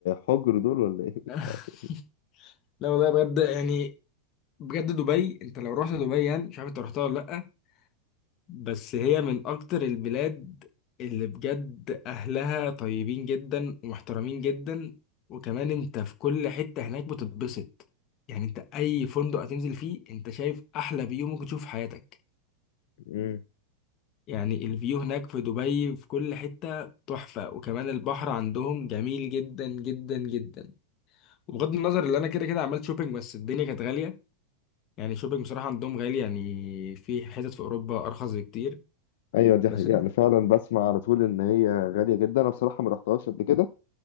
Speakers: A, on the left; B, on the left.
A: حجر دول ولا ايه
B: <laughs>
A: <laughs>
B: لا والله بجد يعني بجد دبي انت لو رحت دبي يعني مش عارف انت رحتها ولا لا بس هي من اكتر البلاد اللي بجد اهلها طيبين جدا ومحترمين جدا وكمان انت في كل حتة هناك بتتبسط يعني انت اي فندق هتنزل فيه انت شايف احلى فيو ممكن تشوف في حياتك
A: مم.
B: يعني الفيو هناك في دبي في كل حتة تحفة وكمان البحر عندهم جميل جدا جدا جدا وبغض النظر اللي انا كده كده عملت شوبينج بس الدنيا كانت غالية يعني شوبينج بصراحة عندهم غالي يعني في حتت في اوروبا ارخص بكتير
A: ايوه دي حقيقة
B: بس
A: انا فعلا بسمع على طول ان هي غالية جدا انا بصراحة ما رحتهاش قبل كده